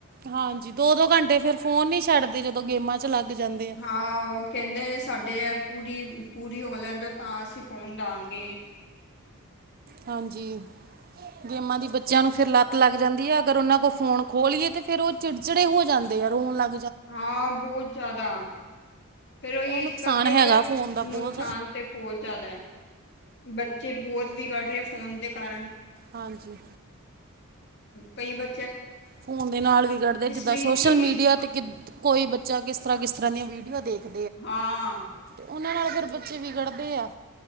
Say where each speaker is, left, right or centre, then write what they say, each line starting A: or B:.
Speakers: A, on the right; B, on the left.
A: ਹਾਂਜੀ ਦੋ ਦੋ ਘੰਟੇ ਫੇ ਫੋਨ ਨੀ ਛੱਡਦੇ ਜਦੋਂ ਗੇਮਾਂ ਚ ਲੱਗ ਜਾਂਦੇ ਆ
B: ਹਾਂ ਉਹ ਕਹਿੰਦੇ ਸਾਡੇ ਹੈ ਪੂਰੀ ਪੂਰੀ ਹੋ ਲੈਂਦੇ ਤਾਂ ਅਸੀਂ ਫੋਨ ਦਵਾਂਗੇ
A: ਹਾਂਜੀ, ਗੇਮਾਂ ਦੀ ਬੱਚਿਆਂ ਨੂੰ ਫਿਰ ਲੱਤ ਲੱਗ ਜਾਂਦੀ ਹੈ ਅਗਰ ਉਹਨਾਂ ਕੋਲ ਫੋਨ ਖੋ ਲਈਏ ਤੇ ਫੇਰ ਉਹ ਚਿੜਚਿੜੇ ਹੋ ਜਾਂਦੇ। ਰੋਣ ਲੱ
B: ਹਾਂ ਬਹੁਤ ਜ਼ਿਆਦਾ ਫਿਰ ਉਹੀ
A: ਇਹ ਨੁਕਸਾਨ
B: ਇਸ ਕਰਕੇ
A: ਹੈਗਾ ਫੋਨ ਦਾ
B: ਨੁਕਸਾਨ
A: ਬਹੁਤ
B: ਤੇ ਬਹੁਤ ਜ਼ਿਆਦਾ ਹੈ। ਬੱਚੇ ਬਹੁਤ ਵਿਗੜ ਰਹੇ ਫੋਨ ਦੇ ਕਾਰਨ,
A: ਹਾਂਜੀ,
B: ਕਈ ਬੱਚੇ,
A: ਫੋਨ ਦੇ ਨਾਲ ਵੀ ਕੱਢਦੇ ਜਿੱਦਾਂ
B: ਵੀਕ
A: ਸੋਸ਼ਲ
B: ਕੀ ਕੀ
A: ਮੀਡੀਆ ਤੇ ਕਿ, ਕੋਈ ਬੱਚਾ ਕਿਸ ਤਰ੍ਹਾਂ ਕਿਸ ਤਰ੍ਹਾਂ ਦੀਆਂ ਵੀਡੀਓ ਦੇਖ। ਤੇ
B: ਹਾਂ
A: ਉਹਨਾਂ ਨਾਲ ਫਿਰ ਬੱਚੇ ਵਿਗੜਦੇ ਆ,